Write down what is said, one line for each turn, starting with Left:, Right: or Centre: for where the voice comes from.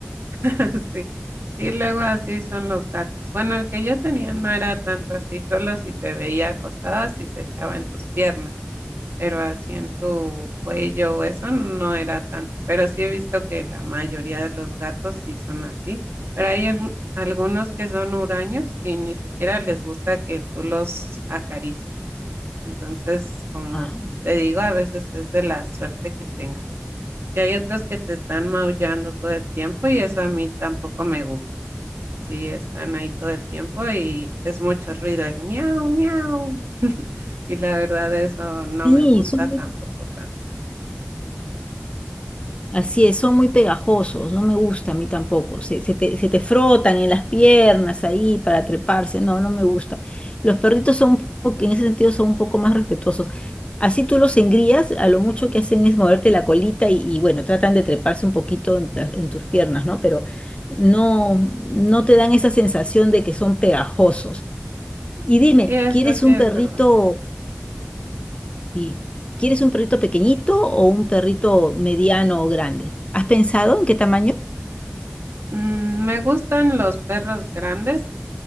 Right: <laughs> sí, sí, luego así son los gatos. Bueno, el que yo tenía no era tanto así, solo si te veía acostada, si se echaba en tus piernas. pero así en tu cuello o eso no era tanto. Pero sí he visto que la mayoría de los gatos sí son así. Pero hay algu- algunos que son huraños y ni siquiera les gusta que tú los acaricies. Entonces, como
Left: Ah,
Right: te digo, a veces es de la suerte que tengas. Porque hay otros que te están maullando todo el tiempo y eso a mí tampoco me gusta. Sí, están ahí todo el tiempo y es mucho ruido, el miau, miau. Y la verdad eso no
Left: Sí,
Right: me gusta
Left: son muy
Right: tampoco tanto.
Left: Así es, son muy pegajosos, no me gusta a mí tampoco. Se, se te, se te frotan en las piernas ahí para treparse, no, no me gusta. Los perritos son, un poco- en ese sentido, son un poco más respetuosos. Así tú los engrías, a lo mucho que hacen es moverte la colita y, y, bueno, tratan de treparse un poquito en, ta- en tus piernas, ¿no? Pero no, no te dan esa sensación de que son pegajosos. Y dime,
Right: Sí, eso
Left: ¿quieres
Right: sí
Left: un
Right: es
Left: perrito?
Right: verdad.
Left: Sí. ¿Quieres un perrito pequeñito o un perrito mediano o grande? ¿Has pensado en qué tamaño?
Right: Mm, me gustan los perros grandes,